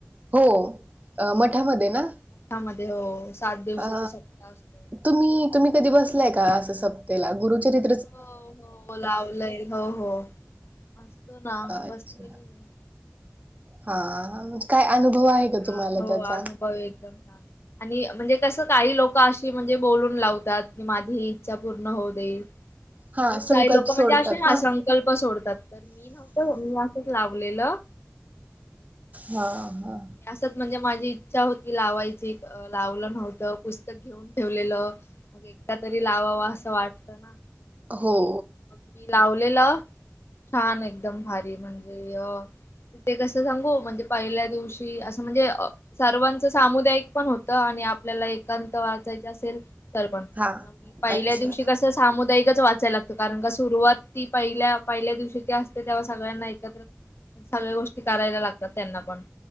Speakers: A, on the right (about 35°); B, on the left (about 60°).
A: हो
B: हा
A: मठामध्ये ना.
B: मठामध्ये हो सात दिवसाचा
A: अ
B: सप्ताह असतो.
A: तुम्ही, तुम्ही कधी बसलाय का असं सप्ताह ला गुरुचरित्र
B: हो हो लावलंयल. हो हो बसतो ना,
A: अच्छा
B: बसलेली मी
A: हा. काय
B: एकदम
A: अनुभव
B: म्हणजे
A: आहे
B: छान
A: का तुम्हाला
B: हो
A: त्याचा
B: अनुभव येतो. आणि म्हणजे कसं काही लोक अशी म्हणजे बोलून लावतात. माझी ही इच्छा पूर्ण होऊ दे.
A: हा
B: म्हणून
A: संकल्प
B: काही लोक म्हणजे
A: सोडतात
B: असे
A: ना
B: असत सकल्प सोडतात ते, तर मी नव्हत, मी असंच लावलेलं.
A: हा. हा.
B: असच म्हणजे माझी इच्छा होती लावायची म्हणून लावलं नव्हतं पुस्तकं घेऊन ठेवलेलं, मग एकदा तरी लावावा असं वाटतं ना!
A: हो.
B: मी लावलेलं छान एकदम भारी म्हणजे आ ते कसं सांगू म्हणजे पहिल्या दिवशी असं म्हणजे सर्वांचं सामुदायिक पण होत आणि आपल्याला एकांत वाचायचं असेल. तर पण
A: हा
B: म पहिल्या
A: अच्छा
B: दिवशी कसं सामुदायिकचं वाचायला लागतं. कारण का सुरुवात ती पहिल्या दिवशी ती असते. तेव्हा सगळ्यांना एकत्र. सगळ्या गोष्टी करायला लागतात. त्यांना पण.